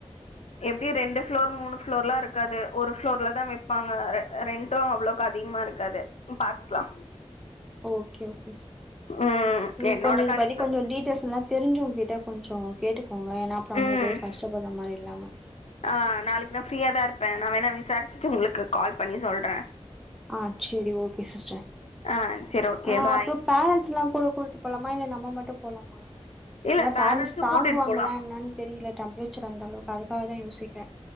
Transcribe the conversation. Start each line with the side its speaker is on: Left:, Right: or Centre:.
Left: எப்படியு ரெண்டு ஃப்ளோர் மூணு ஃப்ளோர்லா இருக்காது ஒரு ஃப்ளோர்ல தா வைப்பாங்க ரெ ரெண்ட்டு அவ்வளக்கு அதிகமா இருக்காது பாத்துக்கலா
Centre: ஓகே ஓகே
Left: ம்
Centre: நீங்க
Left: என்னோட
Centre: கொஞ்ச இத
Left: கணிப்பு
Centre: பத்தி கொஞ்சோ டீ டஸ்லா தெரிஞ்சவங்கிட்ட கொஞ்சோ கேட்டுக்கோங்க ஏன்னா அப்புற அங்க
Left: ம்
Centre: போயிட்டு கஷ்டப்படுற மாரி இல்லாம
Left: ஆ நாளைக்கு நா ஃப்ரீயா தா இருப்பே நா வேணா விசாரிச்சிட்டு உங்களுக்கு கால் பண்ணி சொல்றே
Centre: ஆ சேரி ஓகே சிஸ்டர்
Left: ஆ சரி ஓகே
Centre: ஆ
Left: பாய்
Centre: அப்புற பேரண்ட்ஸ் எல்லா கூட கூட்டு போலாமா இல்ல நம்ம மட்டு போலாமா
Left: இல்ல
Centre: ஏன்னா
Left: பேரண்ட்ஸ
Centre: பேரண்ட்ஸ் தாங்குவாங்களா
Left: கூட்டிட்டு போலா
Centre: என்னன் தெரில டெம்ப்ரேச்சர் அந்த அளவுக்கு அதுக்காகதா யோசிக்றே